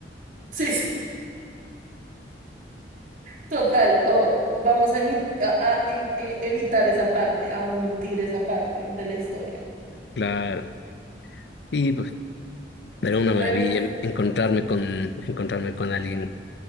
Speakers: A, on the right; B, on the left.
A: sí, sí, total. O vamos a, emi- a- a em- e- evitar esa parte, a omitir esa parte de la historia.
B: Claro. Sí, pues, era una
A: Bueno,
B: maravilla
A: pues.
B: encontrarme con, encontrarme con alguien